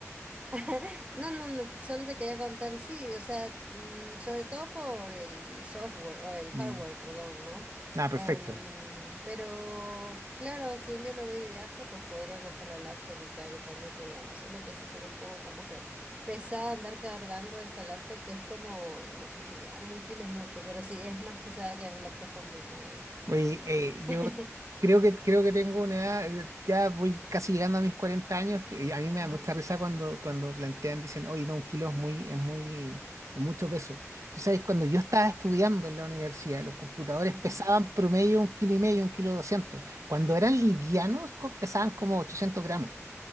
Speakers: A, on the right (about 25°); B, on the right (about 75°).
A: <laughs> No, no, no, solo te quería contar, sí, o sea, mm, sobre todo por el software, o el
B: cuéntame.
A: hardware, perdón, ¿no?
B: Ah, perfecto.
A: Em, pero claro, si un día me voy de viaje, pues podría coger la laptop y tal, o sea, no hay problema, solo que sí sería un poco como que pesada andar cargando esta laptop, que es como, no, ya, un kilo es mucho, pero sí, es más pesada que las laptops convencionales.
B: Oye, eh,
A: <laughs>
B: yo creo que creo que tengo una edad, eh, ya voy casi llegando a mis 40 años, que a mí me
A: Ajá,
B: da mucha risa cuando, cuando plantean, dicen, oye, no, un kilo es muy, es muy, es mucho peso. Tú sabes, cuando yo estaba estudiando en la universidad, los computadores
A: ajá,
B: pesaban promedio un kilo y medio, un kilo doscientos. Cuando eran livianos, co- pesaban como 800 gramos.